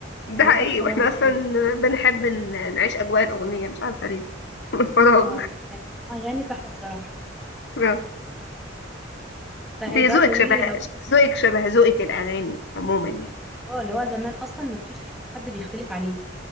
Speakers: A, on the left (about 60°); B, in the centre.
A: ده
B: يعني
A: حقيقي
B: دي تحفه
A: واحنا
B: برضو
A: اصلا
B: كمان
A: بنحب ن- نعيش اجواء الاغنية مش عارفة ليه <laughs> من الفراغ
B: اه يعني اغاني تحفه بصراحه
A: <laughs> آه.
B: طيب
A: دي
B: بقى
A: ذوقك
B: تقولي
A: شبه
B: لي لو
A: ذوقك شبه ذوقي في الاغاني عموما يعني
B: اه اللي هو زمان اصلا ما فيش حد بيختلف عليه